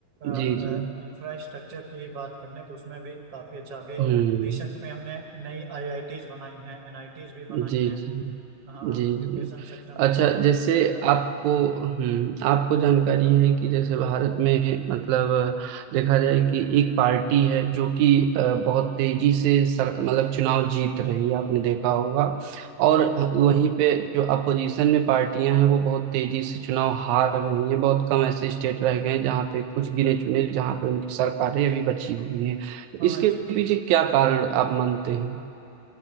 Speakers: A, on the right; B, on the right.
A: इंफ्रास्ट्रक्चर
B: जी जी
A: की बात करें तो उसमें भी काफी अच्छा अभी
B: हम्म
A: रिसेंट में हमने नई आईआईटीज बनाई हैं एनआईटीज भी बनाई
B: जी
A: हैं
B: जी
A: हाँ
B: जी
A: एजुकेशन
B: जी
A: सेक्टर में
B: अच्छा
A: भी काफी
B: जैसे
A: अच्छा कार्य
B: आपको
A: किया हाँ
B: हम्म आपको जानकारी है कि जैसे भारत में मतलब अ, देखा जाए कि एक पार्टी है जो कि अ, बहुत तेजी से सर, मतलब चुनाव जीत रही है आपने देखा होगा
A: जी
B: और वहीं पे जो अपोजिशन में पार्टियां हैं वो बहुत तेजी से चुनाव हार रही हैं बहुत कम ऐसे स्टेट रह गए हैं जहाँ पे कुछ गिने चुने जहाँ पे उनकी सरकारें अभी बची हुई हैं
A: हाँ
B: इसके
A: जी जी
B: पीछे क्या कारण आप मानते हैं